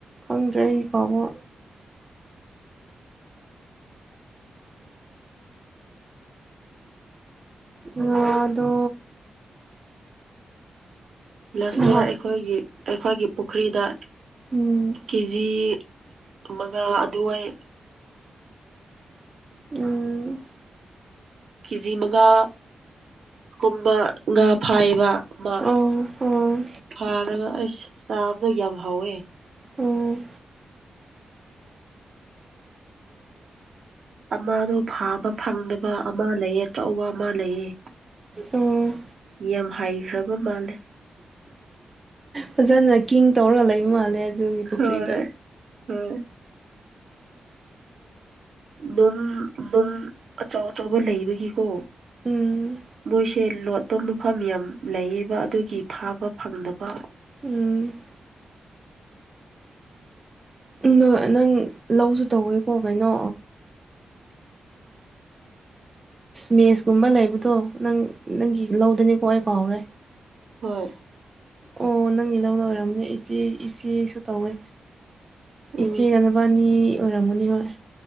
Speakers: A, on the right; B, on the right.
A: ꯈꯪꯗ꯭ꯔꯦ ꯑꯩꯀꯣꯕ ꯑꯗ
B: ꯂꯥꯁ
A: ꯅꯍꯥꯟ
B: ꯏꯌꯥꯔ ꯑꯩꯈꯣꯏꯒꯤ ꯑꯩꯈꯣꯏꯒꯤ ꯄꯨꯈ꯭ꯔꯤꯗ
A: ꯎꯝ
B: ꯀꯦ ꯖꯤ ꯑꯃꯒꯥ ꯑꯗꯨꯏ
A: ꯎꯝ
B: ꯀꯦ ꯖꯤ ꯃꯉꯥ ꯀꯨꯝꯕ ꯉꯥ ꯐꯥꯏꯕ ꯑꯃ
A: ꯑꯣ ꯑꯣ
B: ꯐꯥꯅ ꯁꯥꯐꯗꯏ ꯌꯥꯕ ꯐꯥꯑꯣꯦ
A: ꯑꯣ
B: ꯑꯃꯗꯣ ꯐꯥꯕ ꯐꯪꯗꯕ ꯑꯃ ꯂꯩꯑ ꯑꯆꯧꯕ ꯑꯃ ꯂꯩꯑ
A: ꯑꯣ
B: ꯌꯥꯝ ꯍꯥꯏꯩꯈ꯭ꯔꯕ ꯃꯥꯜꯂꯦ
A: ꯐꯖꯅ ꯀꯤꯡꯡ ꯇꯧꯔꯒ ꯂꯩꯕ ꯃꯥꯜꯂꯦ ꯑꯗꯨꯒꯤ ꯄꯨꯈ꯭ꯔꯤꯗ
B: ꯍꯣꯏ ꯍꯣꯏ ꯅꯨꯡ ꯅꯨꯡ ꯑꯆꯥꯎ ꯑꯆꯕ ꯂꯩꯕꯒꯤꯀꯣ
A: ꯎꯝ
B: ꯃꯣꯏꯁꯦ ꯂꯣꯠꯄ ꯃꯐꯝ ꯌꯥꯝ ꯂꯩꯌꯦꯕ ꯑꯗꯨꯒꯤ ꯐꯥꯕ ꯐꯪꯗꯕ
A: ꯎꯝ ꯅꯣꯏ ꯅꯪ ꯂꯧꯁꯨ ꯇꯧꯋꯦꯀꯣ ꯀꯩꯅꯣ ꯃꯦꯁꯀꯨꯝꯕ ꯂꯩꯕꯗꯣ ꯅꯪ ꯅꯪꯒꯤ ꯂꯧꯗꯅꯤꯀꯣ ꯑꯩ ꯀꯥꯎꯔꯦ
B: ꯍꯣꯏ
A: ꯑꯣ ꯅꯪꯒꯤ ꯂꯧꯅ ꯑꯣꯏꯔꯕꯅꯦ ꯏꯆꯦ ꯏꯆꯦꯁꯨ ꯇꯧꯋꯦ
B: ꯎꯝ
A: ꯏꯆꯦ ꯉꯅꯕꯅꯤ ꯑꯣꯏꯔꯝꯒꯅꯤ ꯍꯣꯏ